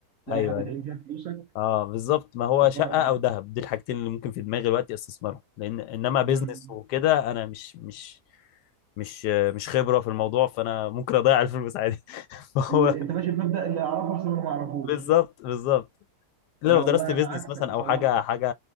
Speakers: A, on the right; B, on the left.
A: تلاقي
B: ايوه
A: حاجه
B: ايوه
A: تعين فيها فلوسك
B: اه بالظبط ما هو
A: تكبرك
B: شقه
A: بقى
B: او ذهب دي الحاجتين اللي ممكن في دماغي دلوقتي استثمرهم لان انما بيزنس
A: امم
B: وكده انا مش مش مش مش خبره في الموضوع فانا ممكن اضيع الفلوس عادي <laughs> فهو
A: ال- انت ماشي بمبدا اللي اعرفه احسن من اللي ما اعرفوش
B: بالظبط بالظبط الا
A: انا
B: لو درست
A: والله
B: بيزنس
A: انا عكسك
B: مثلا
A: بصراحه
B: او حاجه حاجه